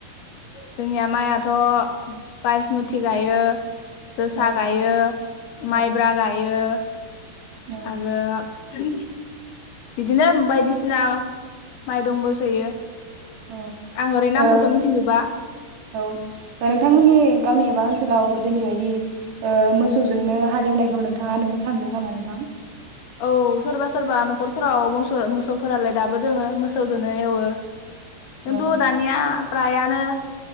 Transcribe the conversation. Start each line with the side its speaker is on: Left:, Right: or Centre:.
Left: जोंनिया माइयाथ' बायसमुथि गायो जोसा
Right: औ
Left: गायो
Right: औ
Left: माइब्रा गायो
Right: औ
Left: आरो <unintelligible> बिदिनो बायदिसिना माइ दंबोसोयो
Right: औ
Left: आं ओरै नामखौथ'
Right: ओ
Left: मिथिजोबा।
Right: औ नोंथांमोननि गामि एबा ओनसोलाव गोदोनि बायदि ओ मोसौजोंनो हालेवनायखौ नोंथाङा नुनो थांदों नामा नोंथां?
Left: औ सोरबा सोरबा न'खरफोराव मोसौ मोसौफोरालाय दाबो दोङो मोसौदोनो एवो। खिन्थु
Right: औ
Left: दानिया फ्रायानो